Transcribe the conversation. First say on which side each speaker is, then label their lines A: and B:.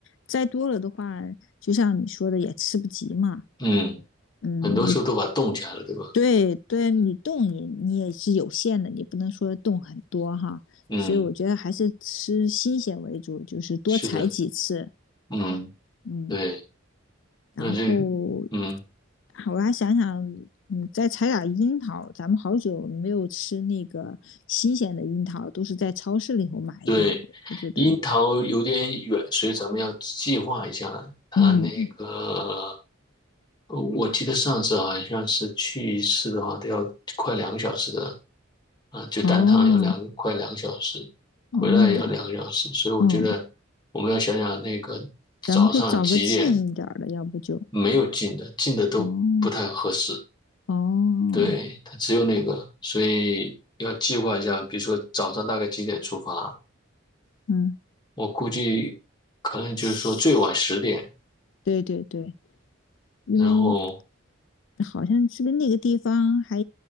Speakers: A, on the left; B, on the left.
A: 摘多了的话，就像你说的也吃不及嘛。
B: 嗯，
A: 嗯，
B: 很多时候都把它冻起来了，
A: 你
B: 对吧？
A: 对对，你动你你也是有限的，你不能说动很多哈。
B: 嗯，
A: 所以我觉得还是吃新鲜为主，就是多采几次，
B: 是的，嗯，
A: 嗯。
B: 对，
A: 然后，
B: 那这，嗯，
A: 我还想想，嗯，再采点樱桃，咱们好久没有吃那个新鲜的樱桃，都是在超市里头买的嘛。
B: 对，
A: 我觉得，
B: 樱桃有点远，所以咱们要计划一下它那个。
A: 嗯，
B: 呃，我记得上次好像是去一次的话，都要快两个小时的，啊、就单趟要两快两个小时，
A: 哦，哦，
B: 回来也要两个小时，所以我觉得我们要想想那个早上几点
A: 哦，咱们可以找个近一点儿的，要不就，
B: 没有进的，进的都不太合适，
A: 哦，哦，
B: 对，它只有那个，所以要计划一下，比如说早上大概几点出发，
A: 嗯，
B: 我估计可能就是说最晚十点，
A: 是，对对对，因为
B: 然后
A: 好像是不是那个地方还，